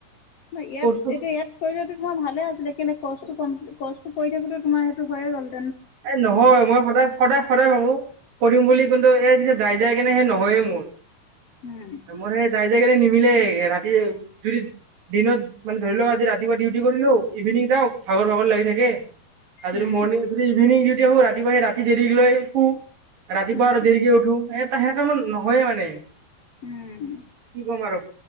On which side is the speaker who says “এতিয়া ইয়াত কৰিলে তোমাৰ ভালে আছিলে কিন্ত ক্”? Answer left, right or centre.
Left